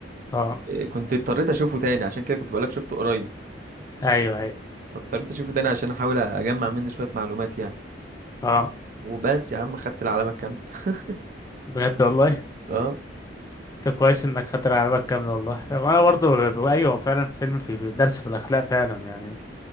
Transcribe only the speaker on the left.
اه
ايوه ايوه
اه
بجد والله
طب كويس انك خاطر على بالك كامل والله وانا برضو ب- ب- ايوه فعلا فيلم في في درس في الاخلاق فعلا يعني